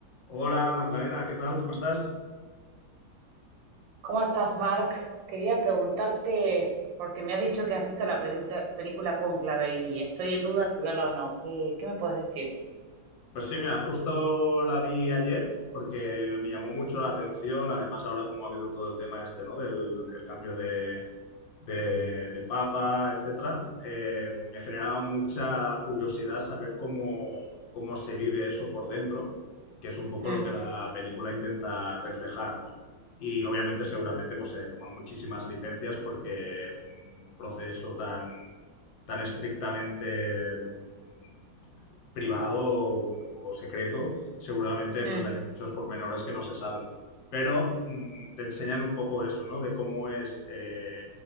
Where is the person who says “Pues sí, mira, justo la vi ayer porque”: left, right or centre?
Left